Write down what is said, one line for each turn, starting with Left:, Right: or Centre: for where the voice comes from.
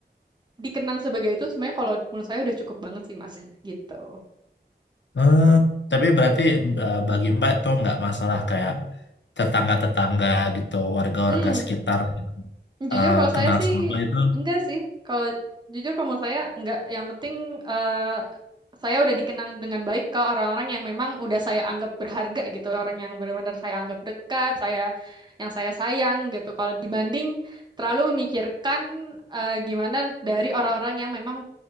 Right: dikenang sebagai itu sebenarnya kalau menurut saya udah cukup banget sih Mas gitu.
Left: eh, tapi berarti eh, bagi Mbak itu nggak masalah kayak tetangga-tetangga gitu, warga-warga
Right: Hmm,
Left: sekitar yang
Right: jujur
Left: eh,
Right: kalau
Left: kenal
Right: saya sih
Left: sama Mbak itu
Right: enggak sih. Kalau jujur kalau menurut saya enggak. Yang penting eh, saya udah dikenang dengan baik ke orang-orang yang memang udah saya anggap berharga gitu, orang yang benar-benar saya anggap dekat, saya yang saya sayang gitu. Kalau dibanding terlalu memikirkan eh, gimana dari orang-orang yang memang